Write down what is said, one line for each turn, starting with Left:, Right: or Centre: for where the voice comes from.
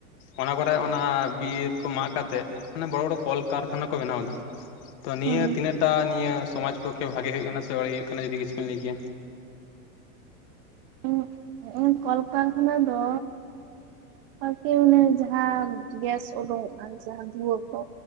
Left: ᱚᱱᱟ ᱠᱚᱨᱮ ᱚᱱᱟ ᱵᱤᱨ ᱠᱚ ᱢᱟᱜ ᱠᱟᱛᱮᱫ ᱢᱟᱱᱮ ᱵᱚᱲᱚ ᱵᱚᱲᱚ ᱠᱚᱞᱠᱟᱨᱠᱷᱟᱱᱟ ᱠᱚ ᱵᱮᱱᱟᱣ ᱫᱟ ᱛᱚ ᱱᱤᱭᱟᱹ
Right: ᱦᱩᱸ
Left: ᱛᱤᱱᱟᱹᱜᱴᱟ ᱱᱤᱭᱟᱹ ᱥᱚᱢᱟᱡᱽ ᱯᱚᱠ ᱠᱷᱮ ᱵᱷᱟᱜᱮ ᱦᱩᱭᱩᱜ ᱠᱟᱱᱟ ᱥᱮ ᱵᱟᱹᱲᱤᱡ ᱦᱩᱭᱩᱜ ᱡᱩᱫᱤ ᱠᱤᱪᱷᱩ ᱵᱤᱱ ᱞᱟᱹᱭ ᱠᱮᱭᱟ᱾
Right: ᱩᱢ ᱩᱢ ᱠᱚᱞᱠᱟᱨᱠᱷᱟᱱᱟ ᱫᱚ ᱟᱨᱠᱤ ᱚᱱᱮ ᱡᱟᱦᱟᱸ ᱜᱮᱥ ᱩᱰᱩᱧᱚᱜᱼᱟ ᱡᱟᱦᱟᱸ ᱫᱷᱩᱶᱟᱹ ᱠᱚ